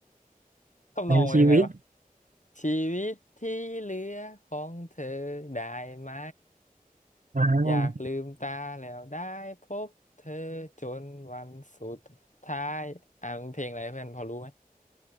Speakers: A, on the left; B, on the right.
A: ทำนองมันยังไงวะ
B: ในชีวิต
A: ชีวิตที่เหลือของเธอได้ไหม
B: อ่า
A: อยากลืมตาแล้วได้พบเธอจนวันสุดท้ายอ่ะมันเพลงอะไรเพื่อนพอรู้ไหม